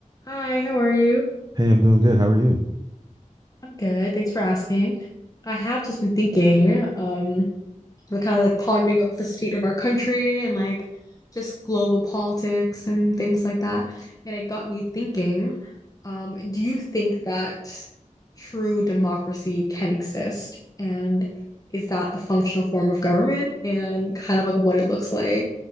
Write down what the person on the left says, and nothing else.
Hi, how are you?
I'm good. Thanks for asking. I have just been thinking, um, the kind of like pondering of the state of our country and like just global politics and things like that. And it got me thinking, um, do you think that true democracy can exist? And is that a functional form of government and kind of like what it looks like?